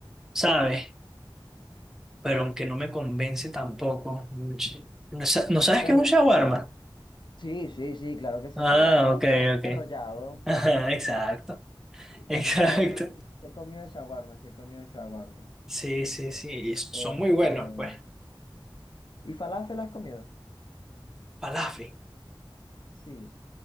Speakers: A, in the centre; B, on the left (about 60°).
A: ¿sabes? pero aunque no me convence tampoco.
B: No.
A: Un sh- ¿No sa- no sabes
B: Bueno,
A: qué es un shawarma?
B: sí, sí, sí, claro que es
A: Ah,
B: un shawarma, un
A: ok,
B: re
A: ok.
B: un enrollado.
A: <laughs> Ajá, exacto,
B: sí,
A: exacto.
B: Un shawarma, sí. sí He comido shawarma, sí he comido shawarma.
A: Sí, sí, sí, y s- son
B: Este,
A: muy buenos, pues.
B: ¿y falafel has comido?
A: Falafel.
B: Sí.